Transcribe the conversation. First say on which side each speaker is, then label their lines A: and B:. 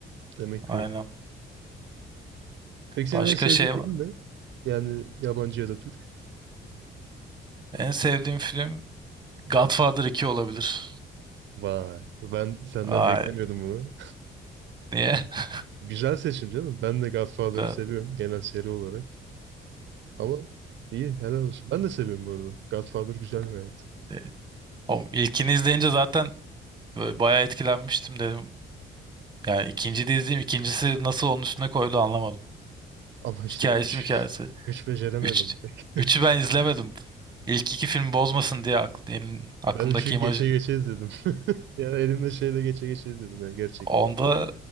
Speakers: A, on the right (about 65°); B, on the right (about 20°).
A: Demek ki
B: Aynen.
A: o. Peki senin
B: Başka
A: en sevdiğin
B: şey
A: film
B: var.
A: ne? Yani yabancı ya da Türk.
B: En sevdiğim film Godfather 2 olabilir.
A: Vay, ben senden
B: Vay.
A: beklemiyordum bunu.
B: Niye? <laughs>
A: Güzel seçim canım. Ben de Godfather'ı
B: Ben-
A: seviyorum genel seri olarak. Ama iyi, helal olsun. Ben de seviyorum bu arada. Godfather güzel gayet.
B: e, O ilkini izleyince zaten Böyle bayağı etkilenmiştim dedim. Yani ikinci de izleyeyim. İkincisi nasıl onun üstüne koydu anlamadım.
A: Ama işte
B: Hikayesi
A: 3,
B: hikayesi.
A: <laughs> 3 beceremedim.
B: Üç,
A: pek.
B: üçü ben izlemedim. İlk iki film bozmasın diye aklım, aklımdaki
A: Ben 3'ü geçe
B: imajı.
A: geçe izledim. <laughs> Ya elimde şeyle geçe geçe izledim ya gerçekten.
B: Onda